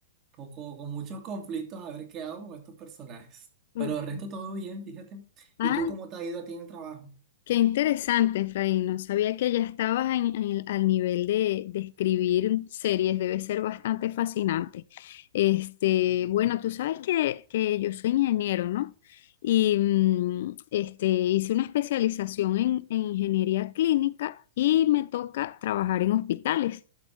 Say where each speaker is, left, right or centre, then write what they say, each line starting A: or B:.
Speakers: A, on the right; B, on the left.
A: poco, con muchos conflictos a ver qué hago con estos personajes.
B: ok.
A: Pero el resto todo bien, fíjate.
B: Ah,
A: ¿Y tú cómo te ha ido a ti en el trabajo?
B: Qué interesante, Efraín. No sabía que ya estabas en- en- al nivel de, de escribir series. Debe ser bastante fascinante. Este,
A: Bien.
B: bueno, tú sabes que, que yo soy ingeniero, ¿no? Y mm, este, hice una especialización en, en ingeniería clínica y me toca trabajar en hospitales.